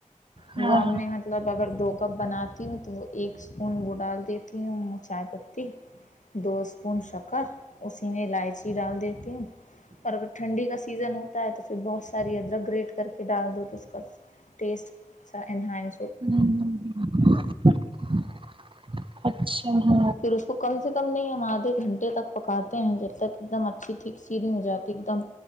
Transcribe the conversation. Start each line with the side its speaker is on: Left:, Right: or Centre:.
Left: وہ
Right: ہاں
Left: ہم نے مطلب اگر دو کپ بناتی ہوں تو وہ ایک سپون وہ ڈال دیتی ہوں چائے پتی دو سپون شکر اسی میں الائچی ڈال دیتی ہوں <unintelligible> پیزا ہوتا ہے تو پھر بہت ساری ادرک گریٹ کر کے ڈال دو تو اس کا ٹیسٹ سا انہان
Right: <inaudible> <inaudible>
Left: پھر اس کو کم سے کم نہیں ہم ادھے گھنٹے تک پکاتے ہیں جب تک ایک دم اچھی تھک سیدھی ہو جاتی ایک دم